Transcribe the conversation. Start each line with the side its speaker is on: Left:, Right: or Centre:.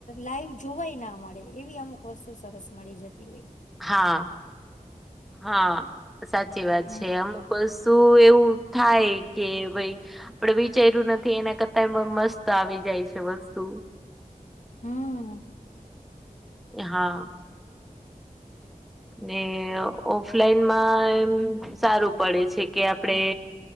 Left: લાઈવ જોવાય ના મળે એવી અમુક વસ્તુ સરસ મળી જતી હોય.
Centre: હા હા, સાચી વાત
Left: હમ
Centre: છે અમુક. પછી એવું થાય કે ભાઈ. પણ વિચાર્યું નથી એના કરતાય મસ્ત આવી જાય છે વસ્તુ.
Left: હમ.
Centre: હા. ને ઓફલાઈનમાં એમ સારું પડે છે કે આપડે.